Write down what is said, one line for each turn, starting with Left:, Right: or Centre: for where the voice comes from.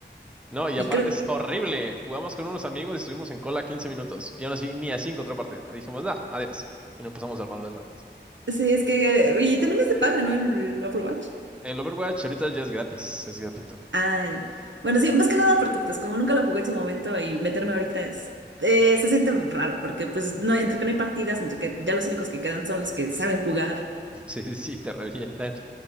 Centre: No, y
Right: y
Centre: aparte
Right: creo
Centre: es horrible. Jugamos con unos amigos y estuvimos en cola 15 minutos. Y aún así ni así encontró partida. Dijimos, nada, adiós. Y nos pasamos al Marvel Rivals.
Right: que sí, es que... Y también es de paga, ¿no? El Overwatch.
Centre: El Overwatch ahorita ya es gratis, es gratuito. <laughs>
Right: Ah, ya. Bueno, sí, más que nada porque pues como nunca lo jugué en su momento y meterme ahorita es... eh, se siente raro porque pues no, entre que no hay partidas, entre que ya los únicos que quedan son los que saben jugar
Centre: Sí, sí, sí, te revientan.